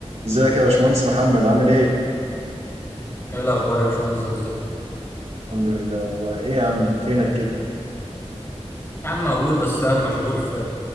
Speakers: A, on the right (about 75°); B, on the left (about 25°).
A: ازيك يا باشمهندس محمد عامل ايه؟
B: ايه الاخبار يا باشمهندس ابو زيد
A: الحمد لله والله ايه يا عم فينك كده؟
B: يا عم موجود بس انا مشغول في